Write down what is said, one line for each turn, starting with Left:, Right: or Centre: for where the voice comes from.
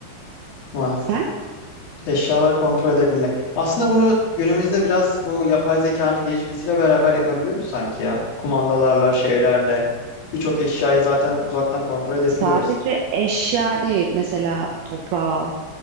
Left: Vay.
Right: Sen
Left: Eşyaları kontrol edebilmek. Aslında bunu günümüzde biraz bu yapay zekanın gelişmesiyle beraber yapabiliyoruz sanki ya. Kumandalarla, şeylerle birçok eşyayı zaten uzaktan kontrol edebiliyoruz.
Right: sadece eşya değil mesela toprağı,